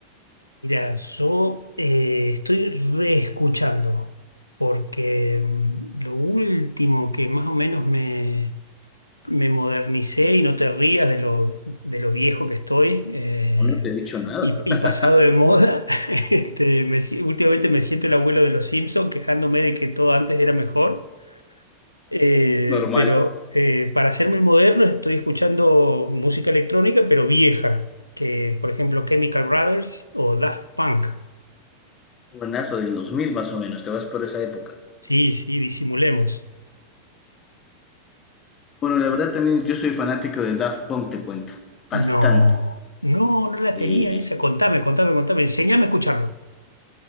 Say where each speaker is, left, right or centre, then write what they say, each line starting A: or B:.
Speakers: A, on the left (about 85°); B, on the left (about 25°).
A: Mira, yo eh, estoy reescuchando, porque mm, lo último que más o menos me, me modernicé, y no te rías de lo, de lo viejo que estoy, eh,
B: No te he dicho nada.
A: y, y
B: <laughs>
A: pasado de moda, <laughs> este, me si- últimamente me siento el abuelo de los Simpsons quejándome de que todo antes era mejor. Eh,
B: Normal.
A: pero eh, para hacerme el moderno estoy escuchando música electrónica, pero vieja, que por ejemplo Chemical Brothers o Daft Punk.
B: Buenazo del 2000 más o menos. Te vas por esa época.
A: Sí, sí, disimulemos.
B: Bueno, la verdad también yo soy fanático de Daft Punk, te cuento, bastante.
A: No, no, no la
B: Y
A: tenía esa. Contame, contame, contame. Enseñame a escucharlo.